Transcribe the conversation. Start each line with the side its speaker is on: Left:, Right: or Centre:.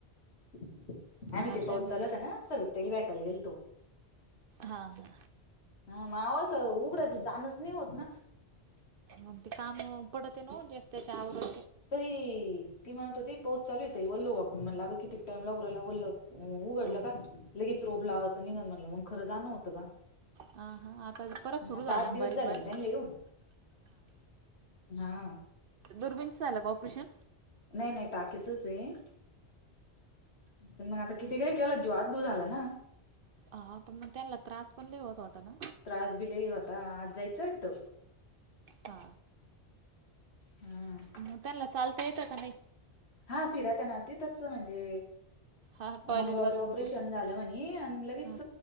Left: <unintelligible>
Right: मग
Left: आम्ही
Right: आता
Left: ते पाऊस
Right: आणलं
Left: चालू होता ना, सवितताईला भेटायला गेलतो.
Right: हा हा.
Left: हा माव अस उघडायचं जाणच नाही होत ना.
Right: मग ते काम पडते ना ओ ते जास्तीच आवरा
Left: ती ती म्हणत होती पाऊस चालू आहे ताई ओल्ल होऊ आपण. म्हणलं अग कितीक टाईम लागु राहिलं ओल. अं उघडलं
Right: हां
Left: का लगेच रोप लावायचं निघन म्हणलं मग खरं जाणं होतं का?
Right: हां हां आता परत सुरू
Left: नाहीता
Right: झालं
Left: आठ दिवस
Right: बारीक
Left: झाले
Right: बारीक
Left: ना त्यांनीला येऊन. हा.
Right: दुर्बीनचं झालं का ऑपरेशन?
Left: नाही नाही टाकेचच आहे. पण मग आता किती काही केलं ज्वात दू झाला ना.
Right: हा पण मग त्यांना त्रास पण लयं होत होता ना
Left: त्रास बी लई होता आज जायचं वाटतो.
Right: हा
Left: हां.
Right: म त्यांनला चालता येतं का नाही?
Left: हा पिराता ना ते त्याच म्हणजे
Right: हां टॉयलेट
Left: मंगळवारी
Right: बाथरूम
Left: ऑपरेशन
Right: पुरता
Left: झालं म्हणी आणि लगेच
Right: हां